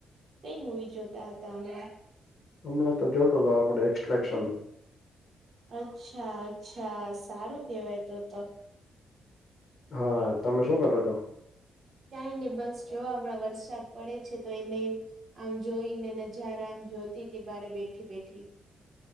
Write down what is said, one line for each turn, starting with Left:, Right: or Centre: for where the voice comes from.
Right: કઈ મુવી જોતા હતા અમે.
Left: હમણાં તો જોતો હતો આપડે એક્સ્ટ્રાક્શન.
Right: અચ્છા અચ્છા સારું કેવાય તો તો.
Left: હા તમે શું કરો છો.
Right: ક્યાંય ને બસ જો હમણાં વરસાદ પડે છે તો એને આમ જોઈ ને નજારા જોતી તી બરે બેઠી બેઠી